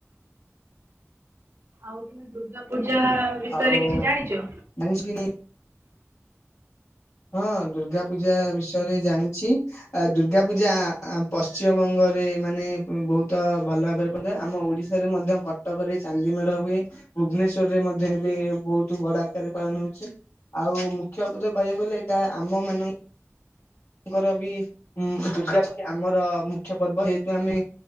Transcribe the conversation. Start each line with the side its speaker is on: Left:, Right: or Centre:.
Right: ଆଉ ତମେ ଦୁର୍ଗା ପୂଜା ବିଷୟରେ
Left: ଆଉ
Right: କିଛି ଜାଣିଚ?
Left: <unintelligible> ହଁ ଦୁର୍ଗା ପୂଜା ବିଷୟରେ ଜାଣିଛି। ଆ ଦୁର୍ଗା ପୂଜା ପଶ୍ଚିମବଙ୍ଗରେ ମାନେ ବହୁତ ଭଲ ଭାବରେ ପୂଜା ଆମ ଓଡିଶ ରେ ମଧ୍ୟ କଟକରେ ଚାନ୍ଦି ମେଢ ହୁଏ। ଭୁବନେଶ୍ଵରରେ ମଧ୍ୟ ଏବେ ବହୁତ ବଡ ଆକାରରେ ପାଳନ ହଉଛି ଆଉ ମୁଖ୍ୟ ତ ଯୋଉ କହିବାକୁଗଲେ ଏଇଟା ଆମ ମାନଙ୍କ ଙ୍କର ବି ଉଁ ପୂଜାଛି ଆମର ମୁଖ୍ୟ ପର୍ବ ଯେହେତୁ ଆମେ